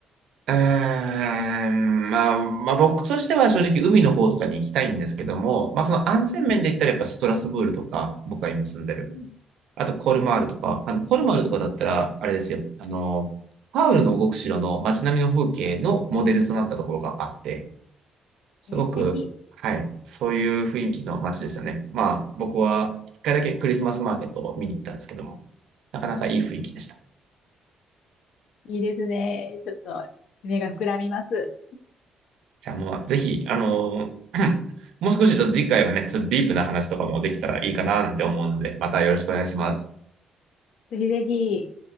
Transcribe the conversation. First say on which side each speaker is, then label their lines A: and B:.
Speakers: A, on the right (about 75°); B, on the left (about 80°).
A: うーん、まあ、まあ僕としては正直海の方とかに行きたいんですけども、まあその安全面で言ったらやっぱストラスブールとか、
B: うん、
A: 僕が今住んでる。
B: うん
A: あとコルマールとか、あのコルマールとかだったら、あれですよ、あの、パウルの動く城の街並みの風景のモデルとなったところがあって、すごく、
B: えー、素敵。
A: はい、そういう雰囲気の街でしたね。まあ僕は一回だけクリスマスマーケットを見に行ったんですけども、なかなかいい雰囲気でした。
B: いいですね。ちょっと、夢が膨らみます。
A: じゃあもう、ぜひ、あのー <clears throat> もう少しちょっと次回はね、ちょっとディープな話とかもできたらいいかななんて思うので、またよろしくお願いします。
B: ぜひぜひ。